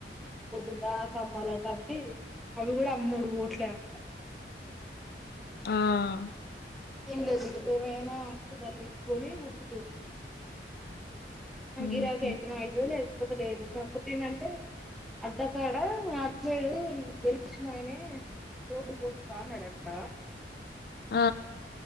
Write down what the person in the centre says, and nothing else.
పొద్దుందా కమ్మాలంటవి అవి కూడా అమ్ముడు పోట్లే అట
ఏం లేదు ఇక ఏమైనా నాకు బలపెట్టుకొని కుసుటరు
గిరాకీ అయితనాయో లేవు కాకపోతే లేదు కాకపోతే ఏంటంటే అడ్డకాడ ఆటు సైడు గెలిచినయనే రోడ్డు పోస్తా అన్నాడంట.